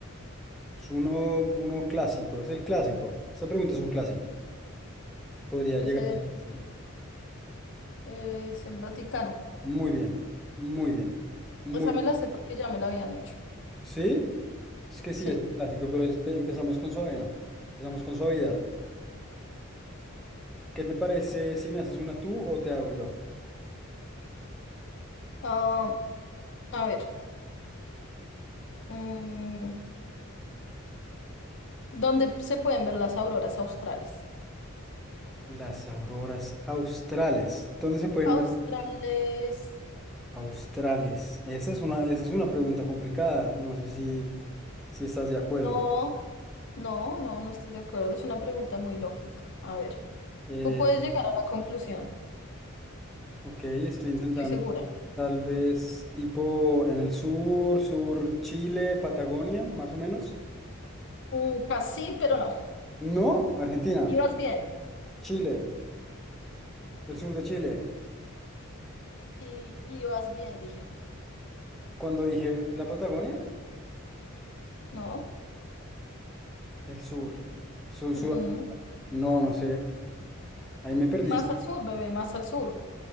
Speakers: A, in the centre; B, on the left.
A: Es uno, uno clásico. Es el clásico. Esta pregunta es un clásico. Podría
B: Es
A: llegar
B: el,
A: a... la
B: es el Vaticano.
A: Muy bien. Muy bien. Muy
B: Esa me
A: bien.
B: la sé porque ya me la habían hecho.
A: ¿Sí? Es que sí,
B: Sí.
A: es un clásico, pero es- empezamos con suavena. Empezamos con suavidad. ¿Qué te parece si me haces una tú o te hago yo?
B: Ah, A ver, mm, ¿dónde se pueden ver las auroras australes?
A: Las auroras australes. ¿Dónde se pueden
B: Australes.
A: ver? Australes. Esa es una, esa es una pregunta complicada. No sé si, si estás de acuerdo.
B: No, no, no, no estoy de acuerdo. Es una pregunta muy lógica. A ver,
A: Eh,
B: tú puedes llegar a la conclusión,
A: ok, estoy intentando.
B: estoy segura.
A: Tal vez tipo en el sur, sur Chile, Patagonia, más o menos.
B: Mm, casi, pero no.
A: No, Argentina,
B: Ibas bien.
A: Chile, el sur de Chile.
B: Y ibas bien, dije.
A: Cuando dije la Patagonia,
B: No.
A: el sur. Sur,
B: ujú.
A: sur- No, no sé. Ahí me perdí.
B: Más
A: <laughs>
B: al sur, bebé, más al sur.